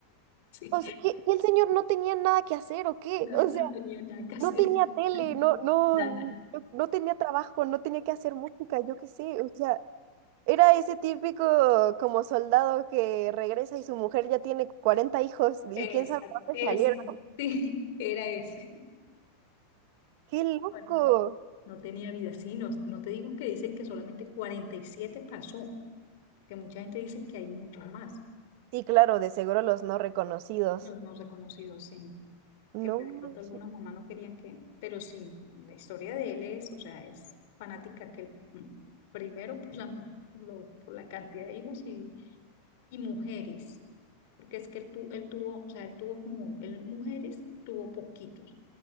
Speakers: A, on the left (about 65°); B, on the right (about 55°).
A: sí,
B: O sea, que, que el señor no tenía nada que hacer,
A: <laughs>
B: ¿o qué?
A: no,
B: O
A: no
B: sea,
A: tenía nada que hacer,
B: no tenía tele, no,
A: <laughs>
B: no,
A: nada.
B: no tenía trabajo, no tenía que hacer música, yo qué sé. O sea, era ese típico como soldado que regresa y su mujer ya tiene 40 hijos y
A: Exacto,
B: quién sabe dónde
A: ese,
B: salieron.
A: sí, era ese.
B: ¡Qué loco!
A: Bueno, no tenía vida, sí, no, no te digo que dicen que solamente 47 pasó, que mucha gente dice que hay muchos más,
B: Sí, claro, de seguro los no reconocidos.
A: los no reconocidos, sí.
B: No
A: que pues,
B: manches.
A: de pronto algunas mamás no querían que, pero sí, la historia de él es, o sea, es fanática que él, mm, primero por la, por lo- por la cantidad de hijos y, y mujeres, porque es que él, tu- él tuvo, o sea, él tuvo como, él mujeres tuvo poquitos,